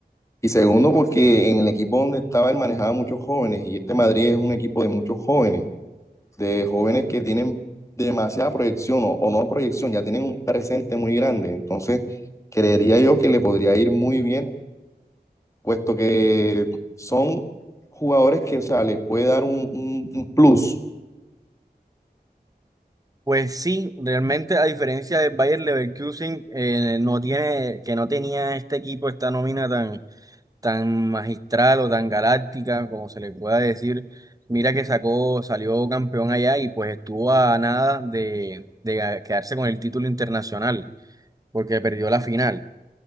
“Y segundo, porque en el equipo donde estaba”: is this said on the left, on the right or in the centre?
Left